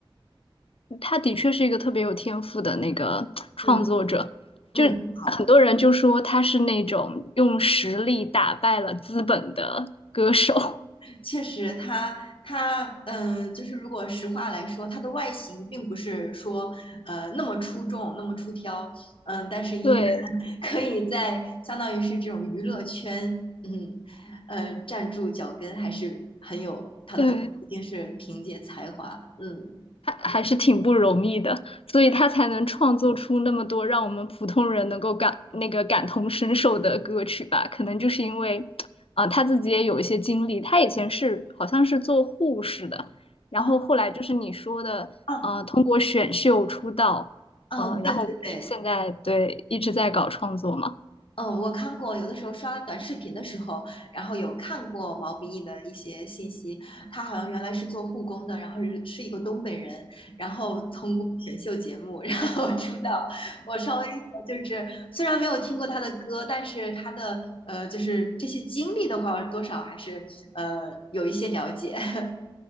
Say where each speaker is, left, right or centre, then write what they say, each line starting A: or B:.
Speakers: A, on the left (about 90°); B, on the left (about 70°).
A: 他的确是一个特别有天赋的那个创作者，
B: 嗯嗯，
A: 就很多人就说他是那种用实力打败了资本的歌手。
B: 好。确实它，它嗯、呃就是如果实话来说，它的外形并不是说呃那么出众、那么出挑，嗯、但是依然
A: 对
B: <laughs> 可以在相当于是这种娱乐圈，嗯，呃，站住脚跟，还是很有它的，
A: 对，
B: 一定是凭借才华，嗯，
A: 还还是挺不容易的，所以他才能创作出那么多让我们普通人能够感那个感同身受的歌曲吧。可能就是因为，啊、他自己也有一些经历，他以前是好像是做护士的，然后后来就是你说的，
B: 哦，哦
A: 呃，通过选秀出道，
B: 哦，
A: 嗯、
B: 对对对。
A: 然后现在对一直在搞创作嘛。
B: 嗯，我看过，有的时候刷短视频的时候，然后有看过毛不易的一些信息。他好像原来是做护工的，然后是是一个东北人，然后通过选秀节目，然后 <laughs> 出道。我稍微就是虽然没有听过他的歌，但是他的呃，就是这些经历的话，多少还是呃有一些了解。<laughs>